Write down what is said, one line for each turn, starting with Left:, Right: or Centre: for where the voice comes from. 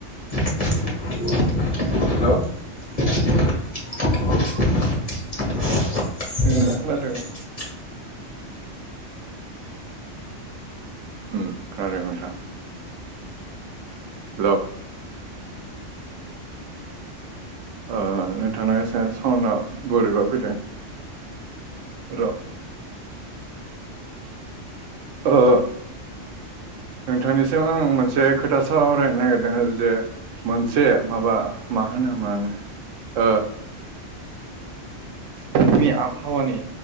Left: <inaudible> हेल। <inaudible> <unintelligible>
Right: नोंथाङा खोनादों हो‌म खोनादों नोंथां। हेल! ओ नोंथाना एसे सावना बोरैबा फैदो। र', ओ नोंथांनिसिम आं मोनसे खोथा सावरायनो नागिरदों जे मोनसे माबा मा होनोमोन ओ जोंनि आबहावानि